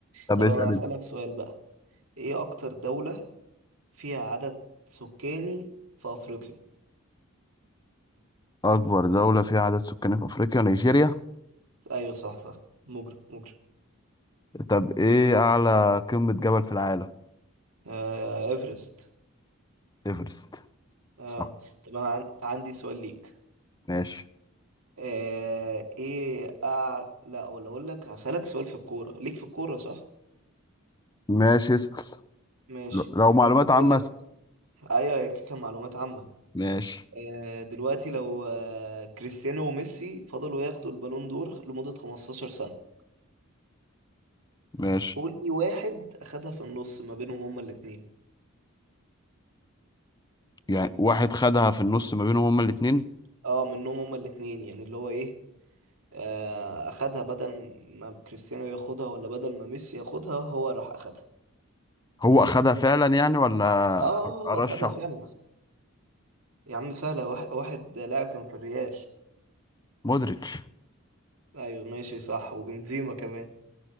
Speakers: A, on the left; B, on the right.
A: طب
B: طب
A: اسأل
B: انا هسألك
A: أنت
B: سؤال بقى ايه اكتر دولة فيها عدد سكاني في افريقيا
A: أكبر دولة فيها عدد سكان في أفريقيا نيجيريا
B: ايوه صح صح مجرم مجرم
A: طب إيه أعلى قمة جبل في العالم
B: آه ايفرست
A: إيفرست
B: اه
A: صح
B: طب انا عن... عندي سؤال ليك
A: ماشي
B: آه ايه أع... لا ولا اقول لك هسألك سؤال في الكورة ليك في الكورة صح
A: ماشي اسأل
B: ماشي
A: ل- لو معلومات
B: اقول
A: عامة
B: لك
A: اسأل
B: ايوه هي كده كان معلومات عامة
A: ماشي
B: آه دلوقتي لو آه كريستيانو وميسي فضلوا ياخدوا البالون دور لمدة 15 سنة
A: ماشي
B: قول لي واحد اخدها في النص ما بينهم هما الاتنين
A: يعني واحد خدها في النص ما بينهم هما الاتنين
B: اه منهم هما الاتنين يعني اللي هو ايه آه اخدها بدل ما كريستيانو ياخدها ولا بدل ما ميسي ياخدها هو راح اخدها
A: هو أخدها فعلا يعني ولا
B: اه آه، آه،
A: أرشح
B: آه، اخدها فعلا يا عم سهلة واحد, واحد لاعب كان في الريال
A: مودريتش
B: ايوه ماشي صح وبنزيما كمان